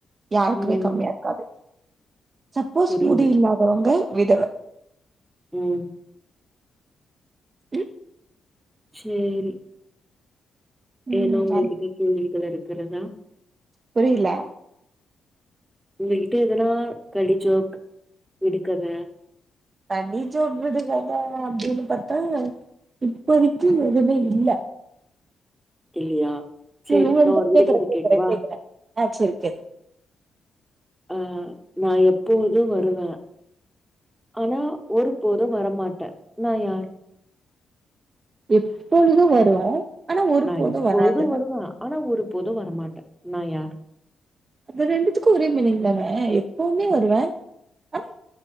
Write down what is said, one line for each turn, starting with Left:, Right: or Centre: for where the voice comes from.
Right: யாருக்குமே
Centre: ம்
Right: கம்மியா இருக்காது சப்போஸ்
Centre: புரியுது
Right: முடி இல்லாதவுங்க விதவ
Centre: ம்
Right: உம்
Centre: சேரி
Right: ம்
Centre: ஏன்னா உங்கள்கிட்ட கேள்விகள் இருக்குறதா
Right: புரியில
Centre: உங்ககிட்ட இதனா களிஜோக் விடுக்கத
Right: கடிஜோக் விடுகத அப்டினு பத்தா இப்பொதிக்கி எதுமே இல்ல
Centre: இல்லையா
Right: செரி
Centre: சேரி
Right: ஒங்ககிட்ட
Centre: நா ஒரு விடுகத
Right: கேக்குற கேக்குற
Centre: கேக்கவா
Right: கேக்குற அ செரி கேள்
Centre: அ நா எப்போது வருவ அனா ஒரு போது வரமாட்ட நா யார்
Right: எப்பொழுது வரு ஆனா ஒருபோது
Centre: நா எப்போது
Right: வராதுல்ல
Centre: வருவ ஆனா ஒரு போது வரமாட்ட நா யார்
Right: அது ரெண்டுத்துக்கு ஒரே மினிங் தானே எப்போமே வருவே அனா